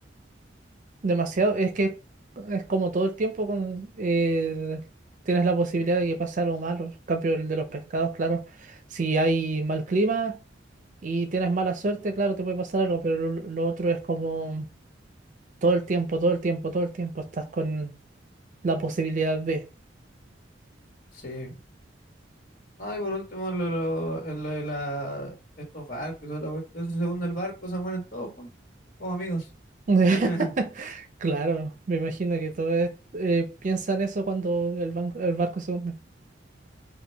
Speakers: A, on the right (about 45°); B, on the left (about 50°).
A: demasiado, es que es como todo el tiempo con, eh, tienes la posibilidad de que pase algo malo. En cambio, el de los pescados, claro, si hay mal clima y tienes mala suerte, claro, te puede pasar algo, pero lo, lo otro es como todo el tiempo, todo el tiempo, todo el tiempo estás con la posibilidad de.
B: Sí. No, y por último, lo, lo, lo de la, estos barcos y toda la cuestión. Según el barco, se mueren todos juntos, como amigos.
A: <laughs>
B: <laughs>
A: Claro, me imagino que todos eh, eh, piensan eso cuando el banco, el barco se hunde.